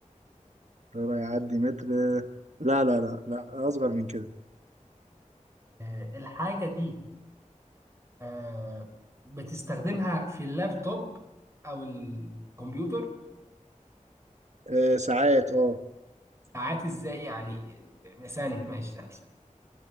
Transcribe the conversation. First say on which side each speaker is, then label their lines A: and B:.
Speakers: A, on the right; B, on the right.
A: لا يعدي متر آه، لا لا لا لا اصغر من كده
B: آه، الحاجة دي آه، بتستخدمها في اللابتوب أو الكمبيوتر
A: آه ساعات اه
B: ساعات إزاي يعني آه، ثانية ماشي ثانية ثانية.